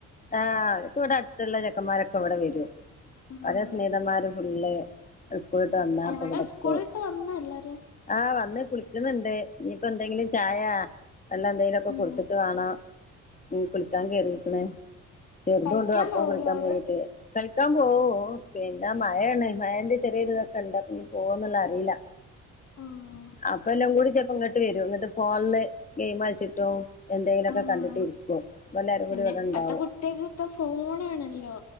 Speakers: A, on the left; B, on the left.
A: ആഹ്‌ അവര്ക് ഇവിടെ അടുത്തുള്ള ചെക്കന്മാരൊക്കെ ഇവിടെ വരും.
B: ആഹ്
A: ഓരെ സ്നേഹതന്മാര് ഫുള്ള് സ്കൂളിട്ട് വന്നാ അപ്പൊ
B: എവിടെ
A: ഇവിടെത്തും.
B: സ്കൂളിട്ട് വന്നോ എല്ലാരും
A: ആഹ് വന്ന് കുളിക്ക്ന്ന്ണ്ട്. ഇനിയിപ്പന്തെങ്കിലും ചായ വെള്ളം എന്തെലുംക്കെ
B: ഉം
A: കൊടുത്തിട്ട് വേണോ ഉം കുളിക്കാൻ കേറീക്ക്ണ്. ചെറുതൂണ്ട്
B: കളിക്കാൻ
A: അപ്പം
B: പോവൂലേ
A: കുളിക്കാൻ
B: അവര്
A: പോയിട്ട്. കളിക്കാൻ പോവോ? പിന്നെ മഴണ്. മഴന്റെ ചെറിയൊരു ഇതൊക്കെ ഇണ്ട് പ്പൊനി പോവന്നുള്ളതറീല.
B: ആഹ്‌
A: അപ്പല്ലാം കൂടി ചെലപ്പ ങ്ങട്ട് വരും ന്നിട്ട് ഫോണില് ഗെയിംകളിച്ചിട്ടും എന്തെങ്കിലുമൊക്കെ
B: ആഹ്
A: കണ്ടിട്ട് ഇരിക്കും അപ്പ എല്ലാരും കൂടി
B: പിന്നെ
A: ഇവിടെ
B: ഇപ്പത്തെ
A: ഇണ്ടാവും
B: കുട്ടികൾക്കൊക്കെ ഫോണാണല്ലോ